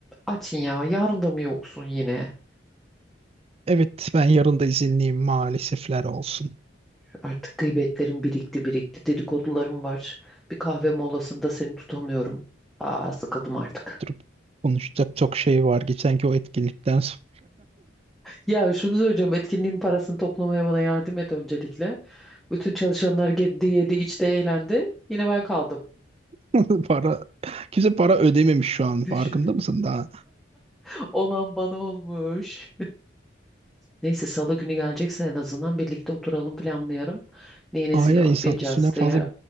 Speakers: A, in the centre; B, on the right.
A: Atin ya yarın da mı yoksun yine?
B: Evet, ben yarın da izinliyim maalesefler olsun.
A: Artık gıybetlerim birikti birikti dedikodularım var. Bir kahve molasında seni tutamıyorum. Aa sıkıldım artık.
B: Durup konuşacak çok şey var. Geçenki o etkinlikten sonra
A: Ya şunu söyleyeceğim etkinliğin parasını toplamaya bana yardım et öncelikle. Bütün çalışanlar yedi yedi içti eğlendi. Yine ben kaldım.
B: <laughs> para kimse para ödememiş şu an.
A: Düşün.
B: Farkında mısın daha?
A: <laughs> Olan bana olmuş. Neyse salı günü gelecekse en azından birlikte oturalım planlayalım. Neyi nesi
B: Aynen
A: yapacağız
B: insan üstüne fazla
A: diye